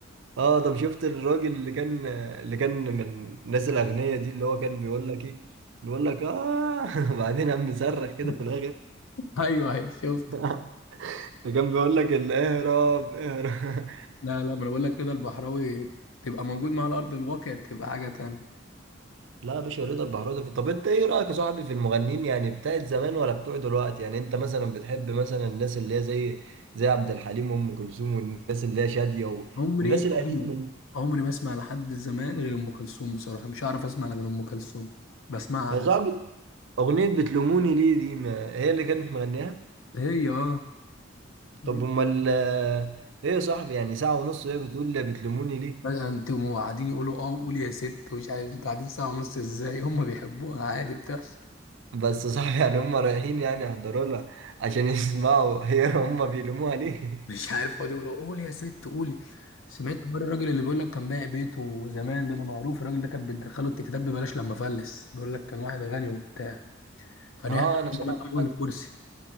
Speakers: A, on the right (about 65°); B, on the left (about 80°).
A: اه طب شفت الراجل اللي كان اللي كان من الناس الاغنياء دي اللي هو كان بيقول لك ايه بيقول لك اه <laughs> بعدين قام مصرخ كده
B: <laughs>
A: في الاخر
B: ايوه ايوه شفت
A: <laughs> اللي كان بيقول لك ال- اهرب <laughs> اهرب
B: لا لا ما انا بقول لك رضا البحراوي تبقى موجود مع على ارض الواقع تبقى حاجه تانية
A: لا يا باشا رضا البحراوي طب انت ايه رايك يا صاحبي في المغنيين يعني بتاعت زمان ولا بتوع دلوقتي يعني انت مثلا بتحب مثلا الناس اللي هي زي زي عبد الحليم وام كلثوم والناس اللي هي شاديه و-
B: عمري
A: والناس القديمه
B: عمري
A: دي
B: عمري ما اسمع لحد زمان غير ام كلثوم بصراحه مش عارف اسمع غير ام كلثوم بسمعها
A: يا
B: أنا.
A: صاحبي اغنيه بتلوموني ليه دي ما هي اللي كانت مغنيها
B: هي اه دي-
A: طب امال آه، ايه يا صاحبي يعني ساعة ونص وهي بتقول لي بتلوموني ليه
B: بقى انتوا قاعدين يقولوا اه قول يا ست ومش عارف انتوا قاعدين ساعه ونص ازاي هم بيحبوها عادي بتحصل
A: بس يا صاحبي يعني هم رايحين يعني يحضروا لها عشان <laughs> يسمعوا هي هم بيلوموها ليه
B: مش عارف يقعدوا يقولوا قول يا ست قولي سمعت مره الراجل اللي بيقول لك كان بايع بيته زمان ده, ده معروف الراجل ده كان بيدخله التكتاب ببلاش لما فلس بيقول لك كان واحد غني وبتاع كان
A: <laughs> اه
B: يحط
A: انا سمعت
B: من اول كرسي